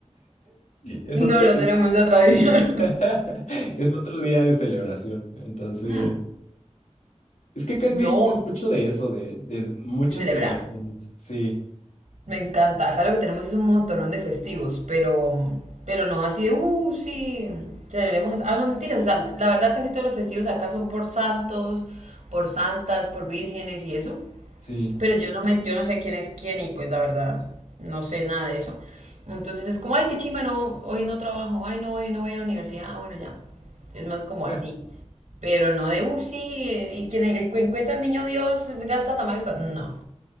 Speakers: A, on the left (about 80°); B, on the right (about 75°).
A: es
B: no,
A: otro
B: no
A: día,
B: tenemos la tradición.
A: <laughs>
B: <laughs>
A: es otro día de celebración. Entonces,
B: Mm,
A: es que acá en
B: No,
A: México es mucho de eso, de, de muchas
B: de celebrar.
A: celebraciones. Sí,
B: Me encanta. Acá lo que tenemos es un montonón de festivos, pero, pero no así de, uh, sí, celebremos. as-". Ah, no, mentiras. O sea, la verdad casi todos los festivos acá son por santos, por santas, por vírgenes y eso.
A: sí.
B: pero yo no me, yo no sé quién es quién y pues la verdad no sé nada de eso. Entonces es como, ay, qué chimba, no, hoy no trabajo, ay, no, hoy no voy a la universidad, ah, bueno, ya. Es más como
A: <laughs>
B: así. Pero no de, uh, sí, eh, y quien en- encuentra al niño Dios gasta tamales para... No,